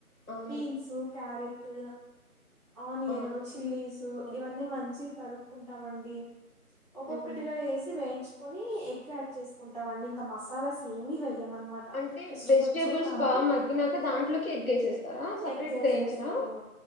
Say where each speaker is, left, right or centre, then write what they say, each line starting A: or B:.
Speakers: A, on the left; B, on the left.
A: అవును
B: బీన్సు క్యారెట్ ఆనియను
A: ఆ
B: చిల్లీసు
A: అవును.
B: ఇవన్నీ మంచి తరుక్కుంటామండి ఒక్కొక్కటిగా
A: ఉమ్.
B: వేసి వేయించు కొని ఎగ్ యాడ్ చేసుకుంటాంండి ఇంకా మసాలా స ఏమి ఇవ అన్నమాట
A: అంటే
B: ఫస్ట్
A: వెజిటేబుల్స్
B: కొంచెం కారం
A: బాగా మగ్గినాక దాంట్లోకి ఎగ్గేసేస్తారా సపరేట్
B: ఎగ్ ఏసేస్తాము
A: గా వేయించరా